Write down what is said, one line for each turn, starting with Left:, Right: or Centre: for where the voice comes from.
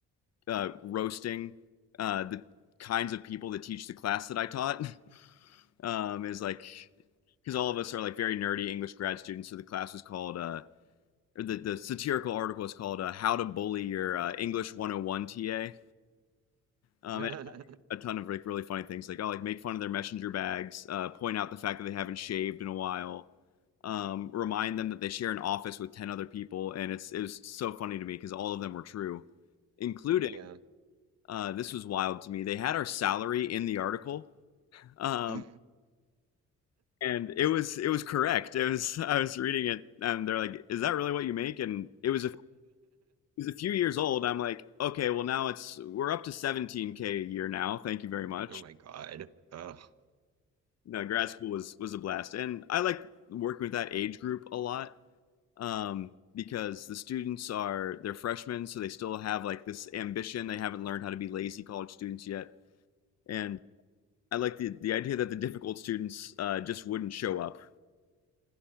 Left: uh, roasting uh, the kinds of people that teach the class that I taught. <laughs> um, is like because all of us are like very nerdy English grad students. So the class was called uh, or the the satirical article is called uh, "How to Bully Your uh, English 101 TA." Um,
Right: <laughs>
Left: and a ton of like really funny things like oh like make fun of their messenger bags, uh, point out the fact that they haven't shaved in a while. Um, remind them that they share an office with 10 other people and it's it was so funny to me because all of them were true including
Right: Yeah.
Left: uh, this was wild to me they had our salary in the article um,
Right: <laughs> <laughs> oh
Left: and it was it was correct. It was <laughs> I was reading it, and they're like, "Is that really what you make?" And it was a it was a few years old. I'm like, okay, well now it's we're up to 17k a year now. Thank you very much.
Right: my God. Ugh.
Left: No, grad school was was a blast, and I like working with that age group a lot um, because the students are they're freshmen, so they still have like this ambition. They haven't learned how to be lazy college students yet, and I like the the idea that the difficult students uh, just wouldn't show up